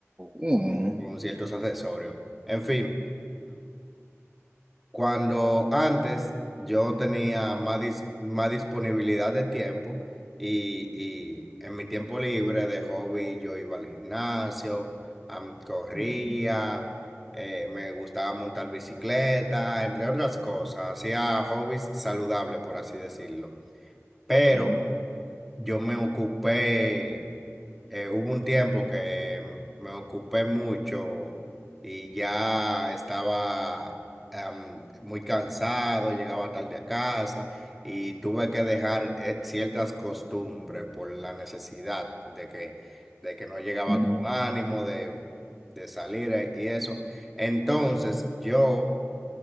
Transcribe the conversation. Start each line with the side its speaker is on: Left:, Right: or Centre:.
Right: Mm,
Centre: con ciertos accesorios. En fin, cuando antes yo tenía más, dis- más disponibilidad de tiempo y, y en mi tiempo libre de hobby yo iba al gimnasio, am- corría,
Right: Ujú.
Centre: eh, me gustaba montar bicicleta, entre otras cosas, hacía hobbies saludables, por así decirlo. Pero
Right: claro.
Centre: yo me ocupé eh, hubo un tiempo que me ocupé mucho y ya estaba am, muy cansado, llegaba tarde a casa y tuve que dejar eh, ciertas costumbres por la necesidad de que, de que no llegaba
Right: Ujú.
Centre: con ánimo de, de salir eh, y eso. Entonces yo